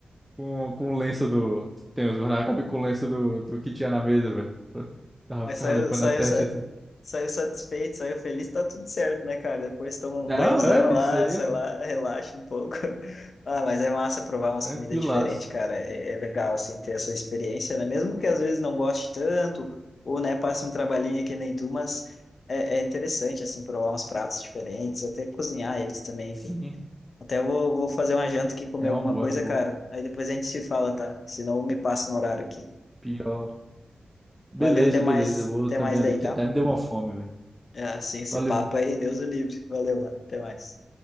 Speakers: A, in the centre; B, on the left.
A: com, com o lenço do. Tem os guardanapos, acabei com o lenço do, do que tinha na mesa, velho. Tava
B: Mas
A: ficava
B: saiu,
A: limpando
B: saiu,
A: a testa
B: sa-
A: assim.
B: saiu satisfeito, saiu feliz, tá tudo certo, né, cara? Depois toma um
A: Não,
B: banhozão
A: é,
B: lá,
A: isso aí,
B: sei
A: é, pô.
B: lá, relaxa um pouco. <laughs> Ah, mas é massa provar umas
A: Tranquilaço.
B: comidas diferentes, cara. É, é legal, assim, ter essa experiência, né? Mesmo que às vezes não goste tanto, ou, né, passe um trabalhinho que nem tu, mas é, é interessante, assim, provar uns pratos diferentes, até cozinhar eles também,
A: Sim,
B: enfim. Até vou, vou fazer uma janta aqui, comer
A: é
B: alguma
A: um bom,
B: coisa,
A: é um bom.
B: cara. Aí depois a gente se fala, tá? Senão eu me passo no horário aqui.
A: Pior. Beleza,
B: Valeu, até mais,
A: beleza. Eu vou
B: até
A: também
B: mais
A: ali
B: daí,
A: que
B: tá?
A: até me deu uma fome, velho.
B: É, assim, esse
A: Valeu.
B: papo aí, Deus o livre. Valeu, mano. Até mais.